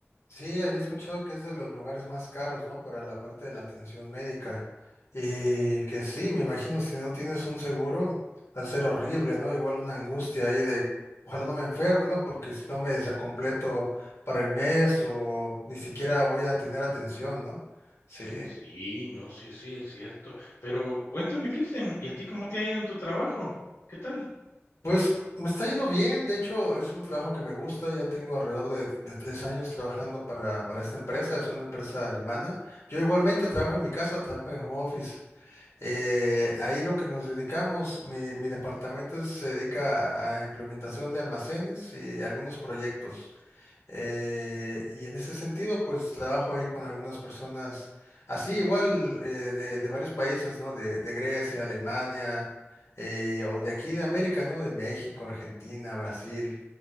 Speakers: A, on the left; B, on the left.
A: sí, había escuchado que es de los lugares más caros, ¿no? Para la parte de la atención médica. Y que sí, me imagino, si no tienes un seguro, va a ser horrible, ¿no? Igual una angustia ahí de, ojalá no me enferme, ¿no? Porque si no me desacompleto para el mes o ni siquiera voy a tener atención, ¿no? Sí.
B: Sí, no, sí, sí, es cierto. Pero cuéntame, Cristian, ¿y a ti cómo te ha ido en tu trabajo? ¿Qué tal?
A: Pues me está yendo bien, de hecho es un trabajo que me gusta, ya tengo alrededor de, de tres años trabajando para, para esta empresa, es una empresa alemana. Yo igualmente trabajo en mi casa, trabajo en home office, Eh, ahí lo que nos dedicamos, mi, mi departamento se dedica a implementación de almacenes y algunos proyectos. Eh, y en ese sentido, pues trabajo ahí con algunas personas, así igual eh, de, de varios países, ¿no? De, de Grecia, Alemania, eh, o de aquí de América, ¿no? De México, Argentina, Brasil.